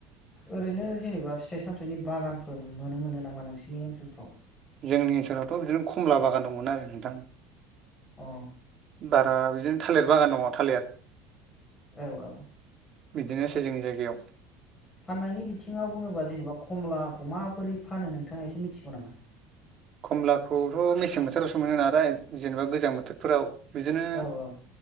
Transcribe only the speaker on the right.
जोंनि ओनसोलावथ बिदिनो खमला बागान दंमोन आरो नोंथां।
बारा बिदिनो थालिर बागान दङ थालिर
बिदिनोसै जोंनि जायगायाव
खमलाखौथ मेसें बोथोरावसो मोनो नालाय जेनेबा गोजां बोथोरफोराव बिदिनो